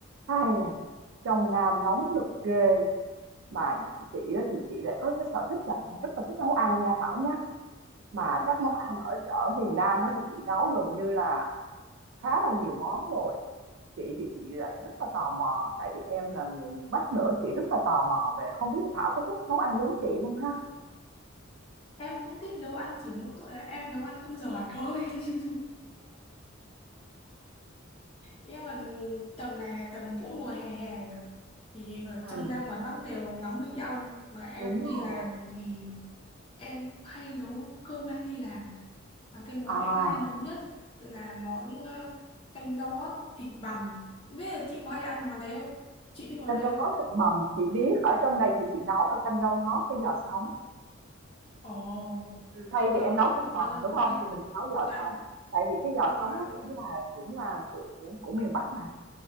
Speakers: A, on the right (about 65°); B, on the left (about 30°).
A: Ai à, trong Nam nóng nực ghê mà những chị đó thì chị lại có cái sở thích là rất là thích nấu ăn nha Thảo nhá mà
B: Ôi,
A: các món ăn ở ở miền Nam ấy thì chị nấu gần như là khá là nhiều món rồi chị thì chị lại rất là tò mò tại vì em là người miền Bắc nữa chị rất là tò mò về không biết là Thảo có thích nấu ăn giống chị không ha
B: Em cũng thích nấu ăn chỉ mỗi tội là em nấu ăn không giỏi thôi <laughs> nhưng mà tầm này là tầm cũng mùa hè hè nhỉ? thì ở trong
A: À,
B: Nam ngoài Bắc đều nóng như nhau mà em
A: đúng rồi.
B: đi làm thì em hay nấu cơm mang đi làm và cái món
A: à
B: em hay nấu nhất là món ờ, canh rau ngót thịt bằm Không biết là chị có hay ăn món đấy không chị biết món
A: canh
B: đấy
A: rau
B: không
A: ngót thịt bằm chị biết ở trong đây thì chị nấu là canh rau ngót với giò sống
B: ồ
A: thay
B: nhưng
A: vì
B: mà
A: em
B: mỗi
A: nấu thịt
B: một nơi
A: bằm
B: một
A: đúng không
B: khác
A: thì mình sẽ nấu giò
B: dạ
A: sống tại vì cái giò
B: ngoài
A: sống nó cũng là cũng là của của miền Bắc mà